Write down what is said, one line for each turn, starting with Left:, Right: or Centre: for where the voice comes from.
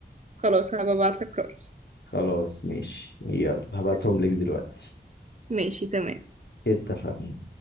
Right: خلاص هبقى ابعت لك رأيي
Left: خلاص ماشي يلا هبعتهم
Right: تمام.
Left: لك دلوقتي
Right: ماشي تمام
Left: اتفقنا